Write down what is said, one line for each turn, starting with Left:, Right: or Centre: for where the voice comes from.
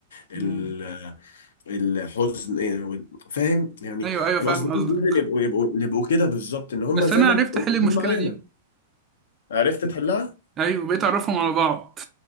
Left: ال...
Right: مم.
Left: الحزن إيه، وال- فاهم يعني
Right: أيوه أيوه فاهم
Left: الأصدقاء
Right: قصدك
Left: لازم يبقوا يبقوا يبقوا كده بالظبط إن هما
Right: بس
Left: زي
Right: أنا
Left: ما
Right: عرفت
Left: أنت قلت
Right: أحل المشكلة
Left: هما عيلة
Right: دي
Left: عرفت تحلها؟
Right: أيوه بقيت أعرفهم على بعض